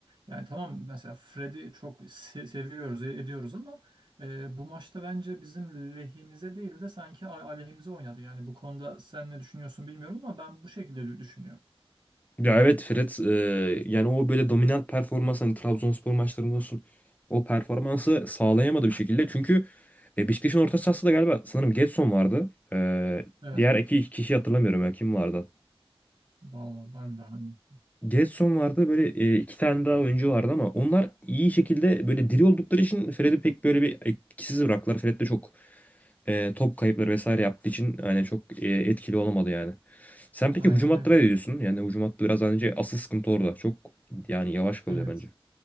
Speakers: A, on the right; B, on the left.
A: Yani tamam mesela Fred'i çok se- seviyoruz, e- ediyoruz ama e, bu maçta bence bizim lehimize değil de sanki a- aleyhimize oynadı. Yani bu konuda sen ne düşünüyorsun bilmiyorum ama ben bu şekilde dü- düşünüyorum.
B: Ya evet Fred e, yani o böyle dominant performans hani Trabzonspor maçlarında olsun o performansı sağlayamadı bir şekilde. Çünkü e, Beşiktaş'ın orta sahası da galiba sanırım Gedson vardı. E,
A: Evet.
B: diğer iki kişi hatırlamıyorum ya kim vardı.
A: Vallahi ben de hani
B: Gedson vardı böyle e, iki tane daha oyuncu vardı ama onlar iyi şekilde böyle diri oldukları için Fred'i pek böyle bir etkisiz bıraktılar. Fred de çok e, top kayıpları vesaire yaptığı için yani çok e, etkili olamadı yani. Sen peki
A: aynen
B: hücum hattına
A: öyle.
B: ne diyorsun? Yani hücum hattı biraz önce asıl sıkıntı orada. Çok yani yavaş kalıyor
A: Evet.
B: bence.